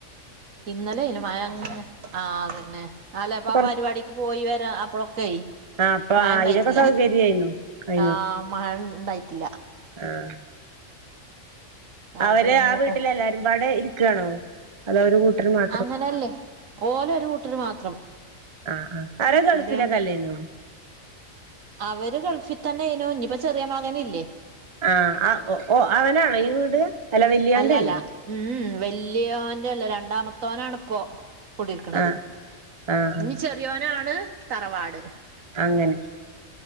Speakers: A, on the right; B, on the right.
A: ഇന്നലേനു മഴങ്ങെനെ ആഹ് അതെന്നെ അല്ലാ അപ്പാ
B: കൊറ
A: ആഹ് പരിപാടിക്ക് പോയി വരാ അപ്പളൊക്കെ
B: ആഹ് അപ്പൊ
A: മഴണ്ടായ്ട്ടില്ല
B: അയിനൊക്കെ സൗകര്യായിരുന്നു അയിന്
A: ആഹ് മഴണ്ടായ്ട്ടില്ല
B: ആഹ്
A: അതോണ്ട്
B: അവര്
A: പിന്നൊക്കെ
B: ആ വീട്ടില് എല്ലാരും പാടെ ഇരിക്കാണോ അതോ ഒര് കൂട്ടര് മാ
A: അങ്ങനെല്ലേ ഓലൊരു കൂട്ടര് മാത്രം
B: ആഹ് ആഹ് അവര് ഗൾഫിലെക്കെല്ലേന്നോ
A: ഓല് രണ്ട് അവര് ഗൾഫി തന്നേയ്നു ഇഞ്ഞിപ്പോ ചെറിയ മകന് ഇല്ലേ
B: ആഹ് അ ഒ ഒ അവനാണോ ഈ വീട് അല്ല വല്യോന്റെല്ലേ
A: അല്ലല്ല ഉം വല്യോന്റെല്ല രണ്ടാമത്തോനാണ്പ്പോ കുടിര്ക്ക്ണത്
B: ആഹ് ആഹ്
A: ഇനി
B: ആഹ്
A: ചെറ്യോനാണ് തറവാട്
B: അങ്ങനെ